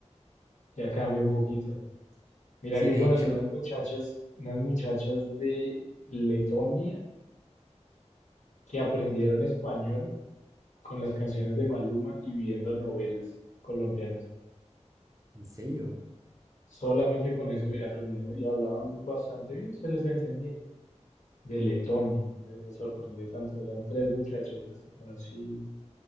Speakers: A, on the left (about 90°); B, on the right (about 25°).
A: ya cambia un poquito. Mira
B: Sí,
A: que
B: de
A: conocí
B: hecho,
A: unas muchachas, unas muchachas de Letonia que aprendieron español con las canciones de Maluma y viendo novelas colombianas.
B: en serio,
A: Solamente con eso aprendían y hablaban bastante bien, se les entendía. De Letonia, me, me sorprendió tanto. Eran tres muchachas las que conocí.